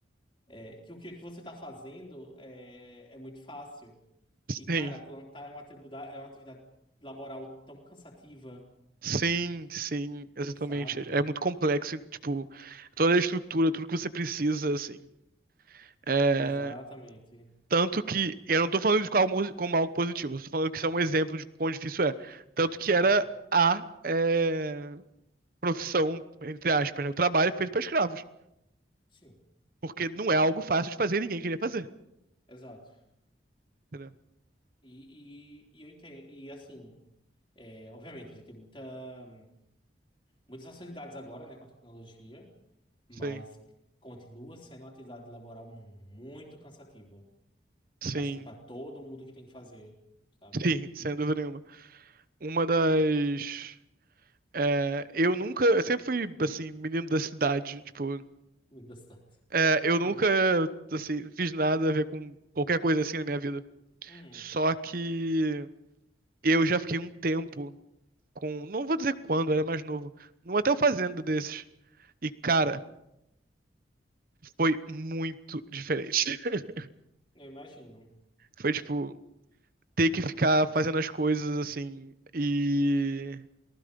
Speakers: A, on the left; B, on the right.
A: eh, que o que que você tá fazendo é, é muito fácil.
B: Sim,
A: E, cara, plantar é uma atribuda- é uma atividade laboral tão cansativa,
B: Sim, sim, exatamente.
A: sabe?
B: É é muito complexo, tipo, toda a estrutura, tudo que você precisa, assim. É,
A: Exatamente.
B: Tanto que, eu não tô falando de como algo, como algo positivo, eu tô falando que isso é um exemplo de quão difícil é. Tanto que
A: Uhum,
B: era a é, profissão, entre aspas, né? O trabalho feito para escravos.
A: Sim,
B: Porque não é algo fácil de fazer e ninguém queria fazer.
A: exato.
B: Entendeu?
A: E, e, e eu entendo, e assim, é, obviamente, a gente tem muita, muitas facilidades agora, né, com a tecnologia, mas
B: Sim,
A: continua sendo uma atividade laboral muito cansativa.
B: sim,
A: Acho que para todo mundo que tem que fazer, sabe?
B: sim, sem dúvida nenhuma. Uma das. é, eu nunca. Eu sempre fui, assim, menino da cidade. Tipo,
A: Muito da cidade.
B: É, eu
A: Hum,
B: nunca, assim, fiz nada a ver com qualquer coisa assim na minha vida.
A: hum,
B: Só que eu já fiquei um tempo com, não vou dizer quando, eu era mais novo, num hotel fazenda desses. E, cara, foi muito diferente. <laughs>
A: eu imagino.
B: Foi, tipo, ter que ficar fazendo as coisas assim e...